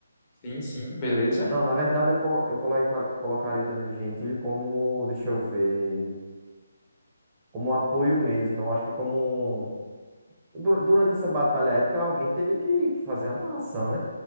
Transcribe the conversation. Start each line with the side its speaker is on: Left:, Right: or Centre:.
Left: Sim, sim, beleza.
Right: Não, na verdade eu, colo, eu coloca- colocaria o Danilo Gentili como, deixa eu ver, como apoio mesmo. Eu acho que como. um, du- Durante essa batalha épica, alguém teria que, que fazer a narração, né?